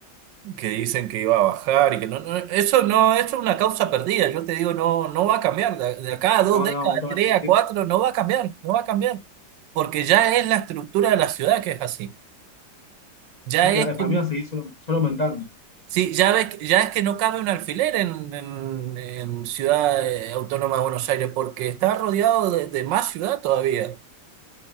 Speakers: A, on the right; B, on the left.
A: que dicen que iba a bajar y que no, no- eso no, eso es una causa perdida. Yo te digo, no, no va a cambiar. De, de acá a dos
B: No,
A: décadas,
B: no, esto
A: tres
B: va a ser.
A: a
B: Es
A: cuatro, no va a cambiar, no va a cambiar. Porque ya es la estructura de la ciudad que es así. Ya
B: que
A: es
B: eh,
A: que,
B: para mí va a seguir solo, solo aumentando.
A: sí, ya ves, que- ya es que no cabe un alfiler en, en, en Ciudad eh, Autónoma de Buenos Aires porque está rodeado de de más ciudad todavía.